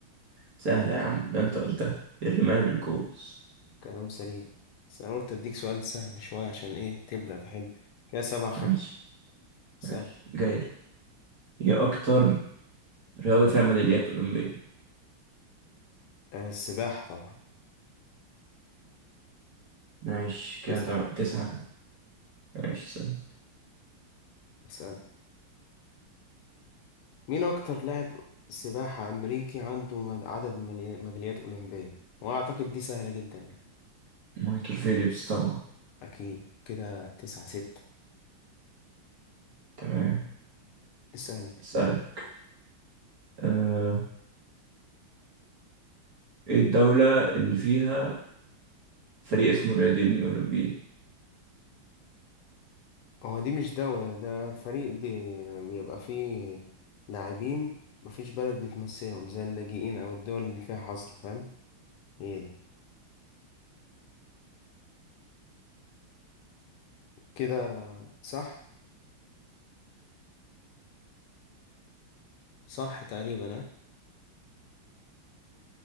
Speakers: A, on the right (about 50°); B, on the left (about 80°).
A: سهلة يا عم ده انت قلتها الرماية بالكوس
B: كلام سليم بس أنا قلت أديك سؤال سهل شوية عشان إيه تبدأ تحل كده سبعة خمسة
A: ماشي ماشي
B: اسألني
A: جايلك ايه اكتر رياضة فيها ميداليات أولمبية
B: آه، السباحة طبعا
A: ماشي كده
B: تسعة
A: تمام تسعة ماشي استنى
B: اسألني مين أكتر لاعب سباحة أمريكي عنده مد- عدد ميدالي- ميداليات أولمبية؟ وأعتقد دي سهلة جدا يعني
A: مايكل فيليبس طبعا
B: أكيد كده تسعة ستة
A: تمام
B: اسألني
A: أسألك آه. ايه الدولة اللي فيها فريق اسمه الرياضيين الأولمبيين؟
B: هو دي مش دولة ده فريق بي... بيبقى فيه لاعبين مفيش بلد بتمثلهم زي اللاجئين أو الدول اللي فيها حصر فاهم هي دي كده صح صح تقريبا ها